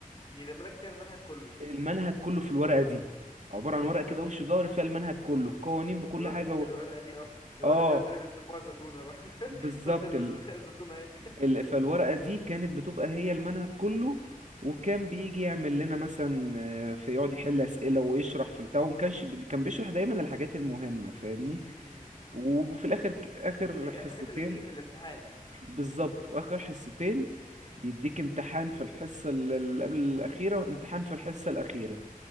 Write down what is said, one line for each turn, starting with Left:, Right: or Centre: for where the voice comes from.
Left: يرمي لك فيها المنهج كله
Right: المنهج كله في الورقة دي
Left: مم.
Right: عبارة
Left: مم.
Right: عن ورقة
Left: فاهمك
Right: كده وش ظهر فيها المنهج كله القوانين بكل
Left: الورق
Right: حاجة و...
Left: الورقة دي اه الورقة
Right: اه
Left: دي عندنا بيسموها الزتونة بقى <laughs>
Right: بالظبط
Left: خد لم
Right: ال...
Left: الز- الزتونة اهي <laughs>
Right: ال... فالورقة دي كانت بتبقى هي المنهج كله وكان
Left: مم.
Right: بيجي يعمل لنا مثلا آه، في يقعد يحل أسئلة ويشرح في البتاع وما كانش بي... كان بيشرح دايما الحاجات المهمة فاهمني
Left: مم. مم.
Right: وفي الآخر
Left: ال-
Right: ك- آخر
Left: اللي
Right: حصتين
Left: هي الحاجات اللي بتيجي في الامتحان
Right: بالظبط وآخر حصتين
Left: اه
Right: يديك امتحان في الحصة ال- اللي قبل الأخيرة وامتحان في الحصة الأخيرة